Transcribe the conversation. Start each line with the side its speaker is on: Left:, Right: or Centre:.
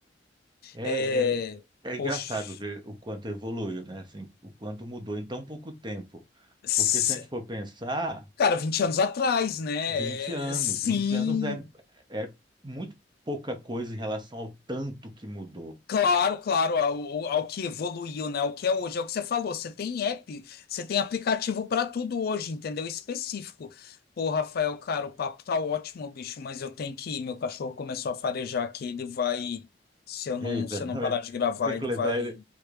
Right: É,
Left: É,
Right: é, é
Left: poxa,
Right: engraçado ver o quanto evoluiu, né? Assim, o quanto mudou em tão pouco tempo.
Left: s-
Right: Porque se a gente for pensar,
Left: cara, 20
Right: tipo,
Left: anos atrás, né?
Right: vinte anos,
Left: É, sim,
Right: 20 anos é, é muito pouca coisa em relação ao tanto que mudou.
Left: Claro, claro, ao, ao que evoluiu, né? O que é hoje, é o que você falou. Você tem app, você tem aplicativo para tudo hoje, entendeu? Específico. Pô, Rafael, cara, o papo tá ótimo, bicho, mas eu tenho que ir. Meu cachorro começou a farejar aqui, ele vai. Se eu não,
Right: Eita,
Left: se eu
Right: <laughs> não
Left: não parar
Right: é-
Left: de gravar,
Right: tem
Left: ele
Right: que levar
Left: vai.
Right: ele,